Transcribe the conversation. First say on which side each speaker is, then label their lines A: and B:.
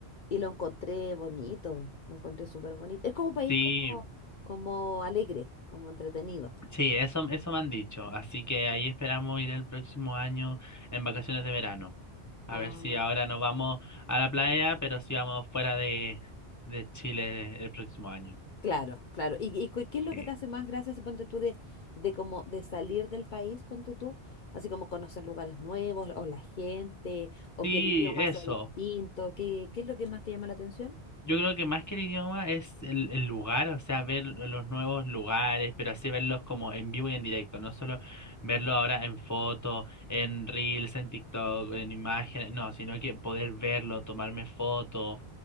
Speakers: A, on the left (about 55°); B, on the left (about 20°).
A: y lo encontré bonito, lo encontré súper bonito. Es como un país
B: Sí.
A: como, como alegre, como entretenido.
B: Sí, eso, eso me han dicho. Así que ahí esperamos ir el próximo año en vacaciones de verano.
A: Ah,
B: A ver si ahora no vamos a la playa, pero si vamos fuera de, de Chile el próximo año.
A: Claro, claro. ¿Y, y cu- qué es lo
B: Sí.
A: que te hace más gracia, si ponte tú, de, de como de salir del país, ponte tú, así como conocer lugares nuevos, o la gente, o
B: Sí,
A: que el idioma
B: eso.
A: sea distinto? ¿Qué, qué es lo que más te llama la atención?
B: Yo creo que más que el idioma es el, el lugar, o sea, ver los nuevos lugares, pero así verlos como en vivo y en directo, no solo verlo ahora en foto, en reels, en TikTok, en imágenes, no, sino que poder verlo, tomarme fotos